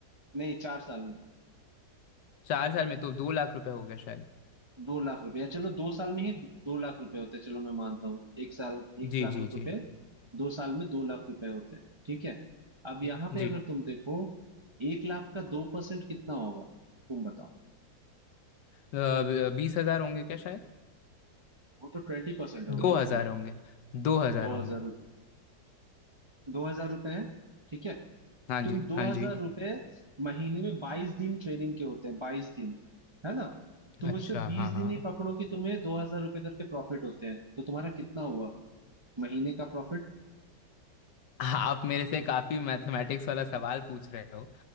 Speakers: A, on the right (about 25°); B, on the left (about 75°).
A: नहीं चार साल में
B: चार साल में तो दो लाख रुपए हो गया शायद
A: दो लाख रुपया चलो दो साल में ही दो लाख रुपए होते हैं चलो मैं मानता हूँ एक साल एक
B: जी
A: लाख
B: जी
A: रुपए
B: जी
A: दो साल में दो लाख रुपए होते हैं ठीक है अब यहाँ
B: जी
A: पे
B: जी।
A: अगर तुम देखो एक लाख का दो परसेंट कितना होगा तुम बताओ
B: अ, ब- बीस हजार होंगे क्या शायद
A: वो तो ट्वेंटी परसेंट हो गए
B: दो
A: ना
B: हजार
A: फिर
B: होंगे दो हजार
A: दो
B: होंगे
A: हजार दो हजार रुपए है ठीक है
B: हाँ
A: तुम
B: जी
A: दो
B: हाँ
A: हजार
B: जी
A: रुपये महीने में बाईस दिन ट्रेनिंग के होते हैं बाईस दिन है ना तुम
B: अच्छा
A: उससे बीस
B: हाँ हाँ
A: दिन ही पकड़ो कि तुम्हें दो हजार रुपये करके प्रॉफिट होते हैं तो तुम्हारा कितना हुआ महीने का प्रॉफिट
B: आप मेरे से काफी मैथमेटिक्स वाला सवाल पूछ रहे हो